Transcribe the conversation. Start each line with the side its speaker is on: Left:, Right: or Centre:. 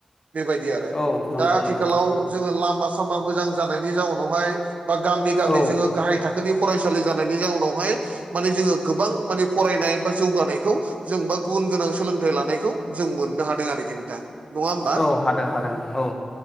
Right: बेबायदि आरो
Left: औ नंगौ
Right: दा आथिखालाव
Left: नंगौ
Right: जोङो लामा- सामा मोजां जानायनि जाउनावहाय बा गामि -गामि
Left: औ
Right: जोङो गाहाय थाखोनि फरायसालि जानायनि जाउनावहाय माने जोङो गोबां माने फरायनाय बा जौगानायखौ जों बा गुबुन गोनां सोलोंथाइ लानायखौ जों मोननो हादों आरोखि नोंथां नङा होमबा
Left: औ हादों हादों औ